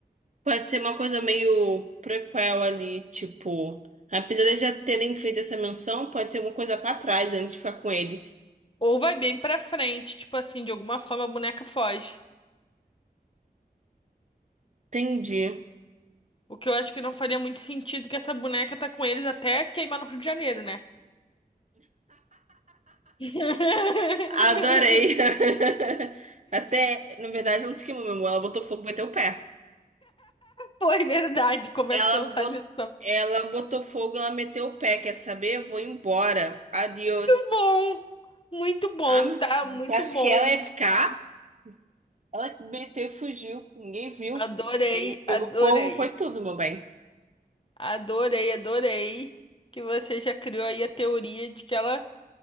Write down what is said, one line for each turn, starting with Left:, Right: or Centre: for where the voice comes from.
Right: Pode ser uma coisa meio prequel ali, tipo. Apesar de já terem feito essa menção, pode ser alguma coisa pra trás antes de ficar com eles.
Left: Ou vai bem pra frente, tipo assim, de alguma forma a boneca foge.
Right: Entendi.
Left: O que eu acho que não faria muito sentido que essa boneca tá com eles até queimar no Rio de Janeiro, né? <laughs>
Right: Adorei. <laughs> Até, na verdade, ela não se queimou, meu amor. Ela botou fogo e meteu o pé.
Left: Foi verdade, começo
Right: Ela
Left: a pensar
Right: botou,
Left: nisso também.
Right: ela botou fogo, ela meteu o pé. Quer saber? Eu vou embora. Adeus.
Left: Bom, muito bom,
Right: Ah,
Left: tá? Muito
Right: você acha
Left: bom,
Right: que ela
Left: muito
Right: ia ficar?
Left: bom.
Right: Ela meteu e fugiu. Ninguém viu.
Left: Adorei,
Right: Quem pegou
Left: adorei,
Right: fogo foi tudo, meu bem.
Left: adorei, adorei que você já criou aí a teoria de que ela